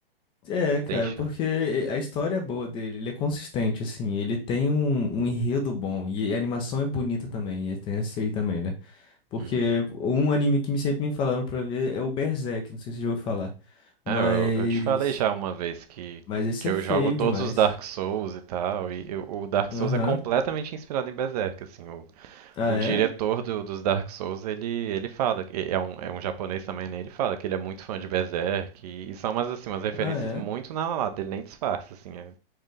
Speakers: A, on the left; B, on the right.
A: É, cara,
B: tem chance.
A: porque eh, a história é boa dele, ele é consistente, assim, ele tem um, um enredo bom, e a animação é bonita também, e tem esse aí também, né? Porque
B: Uhum.
A: um anime que me sempre me falaram pra ver é o Berserk, não sei se você já ouviu falar, mas...
B: É, eu, eu te falei já uma vez que,
A: mas esse
B: que
A: é
B: eu
A: feio
B: jogo todos
A: demais.
B: os Dark Souls e tal, e eu- o Dark
A: Aham.
B: Souls é completamente inspirado em Berserk, assim, o
A: Ah,
B: O
A: é?
B: diretor do- dos Dark Souls, ele, ele fala, que- é um, é um japonês também, né? Ele fala que ele é muito fã de Berserk e, e são umas, assim, umas referências
A: Ah, é?
B: muito na lata, ele nem disfarça, assim, é,